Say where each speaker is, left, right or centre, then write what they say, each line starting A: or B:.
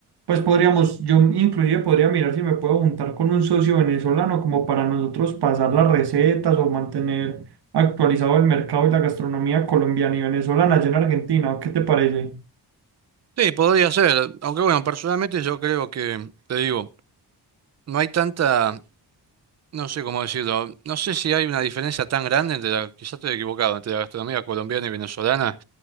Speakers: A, on the right; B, on the right.
A: pues podríamos, yo inclusive podría mirar si me puedo juntar con un socio venezolano como para nosotros pasar las recetas o mantener actualizado el mercado y la gastronomía colombiana y venezolana allá en Argentina. ¿O ¿Qué te parece?
B: Sí, podría ser, aunque bueno, personalmente yo creo que, te digo, no hay tanta, no sé cómo decirlo, no sé si hay una diferencia tan grande entre la, quizás estoy equivocado, entre la gastronomía colombiana y venezolana